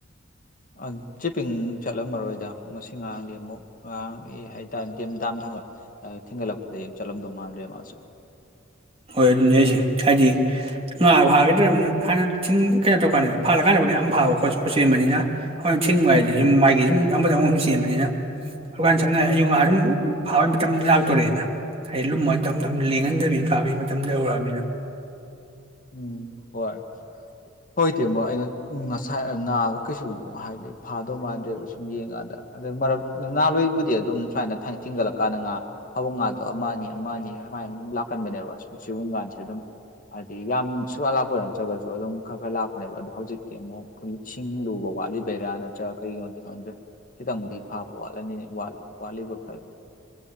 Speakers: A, on the left; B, on the right.
A: ꯎꯝ ꯆꯤꯄꯤꯡ ꯆꯠꯂꯝꯃꯔꯣꯏꯗ ꯉꯁꯤ ꯉꯔꯥꯡꯗꯤ ꯑꯃꯨꯛ ꯑꯉꯥꯡ ꯑꯦ ꯍꯥꯏꯇꯥꯔꯦ ꯗ‌ꯦ ꯗꯥꯝ ꯊꯤꯡꯒꯠꯂꯛꯄꯗꯒꯤ ꯆꯠꯂꯝꯗꯧ ꯃꯥꯟꯗ꯭ꯔꯦ ꯃꯥꯁꯨ
B: ꯍꯣꯏ ꯑꯗꯨꯅꯤ ꯍꯩꯁꯦ ꯍꯥꯏꯗꯤ ꯉꯥ ꯐꯥꯒꯤꯗ꯭ꯔꯕꯅꯤꯅ ꯍꯥꯟꯅ ꯊꯤꯡ ꯀꯩꯅꯣ ꯇꯧꯀꯥꯟꯗꯗꯤ ꯐꯥꯂꯀꯥꯟꯗꯕꯨꯗꯤ ꯌꯥꯝ ꯐꯕꯀꯣ <unintelligible> ꯆꯦꯟꯕꯅꯤꯅ ꯍꯣꯏ ꯁꯤꯡꯕ
A: ꯎꯝ
B: ꯍꯥꯏꯁꯤꯗꯤ ꯁꯨꯝ ꯃꯥꯏꯒꯤ ꯁꯨꯝ ꯑꯃꯗ ꯑꯃ ꯁꯨꯝ ꯆꯦꯟꯕꯅꯤꯅ ꯑꯗꯨꯀꯥꯟꯅ ꯁꯝꯅ ꯍꯥꯏ ꯑꯌꯨꯛ ꯉꯥ ꯁꯨꯝ ꯐꯥꯕꯩ ꯃꯇꯝ ꯂꯥꯛꯇꯣꯔꯦꯅ ꯍꯥꯏꯗꯤ ꯂꯨꯝꯃ ꯇꯞ ꯇꯞꯅ ꯂꯦꯡꯍꯟꯗꯕꯤ ꯀꯥꯕꯤ ꯃꯇꯝꯗ ꯌꯧꯔꯛꯑꯕꯃꯤꯅ
A: ꯎꯝ ꯍꯣꯏ
B: <inaudible>
A: ꯍꯣꯏ ꯏ ꯇꯦꯡꯕꯣ ꯑꯩꯅ ꯉꯁꯥꯏ ꯉꯥꯡꯑꯒ ꯀꯩꯁꯨ ꯍꯥꯏꯗꯤ ꯐꯥꯗꯧ ꯃꯥꯟꯗ꯭ꯔꯦꯕ ꯁꯨꯝ ꯌꯦꯡꯀꯥꯟꯗ ꯑꯗꯨ ꯃꯔꯛ ꯅꯅꯨꯡꯍꯜꯂꯣꯏꯕꯨꯗꯤ ꯑꯗꯨꯝ ꯁꯨꯃꯥꯏꯅ ꯊꯤꯟꯒꯠꯂꯛꯀꯥꯟꯗ ꯉꯥ ꯊꯕꯨꯡ ꯉꯥꯗꯣ ꯑꯃꯅꯤ ꯑꯃ ꯑꯅꯤ ꯁꯃꯥꯏꯅ ꯑꯗꯨꯝ ꯂꯥꯛꯀꯟꯕꯅꯦꯕ ꯑ ꯁꯤꯕꯨꯡꯒꯥꯟꯁꯦ ꯑꯗꯨꯝ ꯍꯥꯏꯗꯤ ꯌꯥꯝ ꯁꯨꯋꯥꯠꯂꯥꯛꯄ ꯅꯠꯇ꯭ꯔꯒꯁꯨ ꯑꯗꯨꯝ ꯈꯔ ꯈꯔ ꯂꯥꯛꯄꯅꯦꯕ ꯑꯗꯣ ꯍꯧꯖꯤꯛꯇꯤ ꯑꯃꯨꯛ ꯏꯁꯤꯡ ꯂꯨꯕ ꯋꯥꯠꯂꯤꯗꯩꯔꯥ ꯅꯠꯇ ꯅꯠꯇ꯭ꯔ ꯀꯩꯒꯤꯅꯣꯗꯤ ꯈꯪꯗ꯭ꯔꯦ ꯈꯤꯇꯪꯗꯤ ꯐꯥꯕ ꯋꯥꯠꯂꯅꯤ ꯋꯥꯠꯂꯤꯕ ꯈꯔꯗꯤ